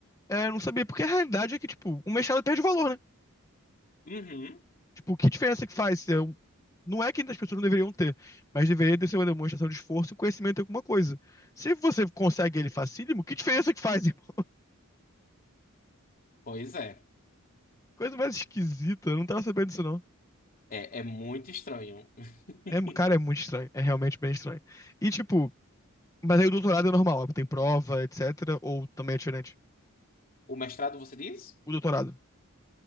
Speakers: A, on the left; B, on the left.
A: É, eu não sabia, porque a realidade é que, tipo, o mestrado perde valor, né?
B: Uhum.
A: Tipo, que diferença que faz? Se é um- Não é que as pessoas não deveriam ter, mas deveria ter sido uma demonstração de esforço e conhecimento em alguma coisa. Se você consegue ele facílimo, que diferença que faz, <laughs> irmão?
B: Pois é.
A: Coisa mais esquisita, eu não tava sabendo disso, não.
B: É, é muito estranho. <laughs>
A: É, cara, é muito estranho. É realmente bem estranho. E, tipo, mas aí o doutorado é normal, tem prova, etc. Ou também é diferente?
B: O mestrado, você diz?
A: O doutorado.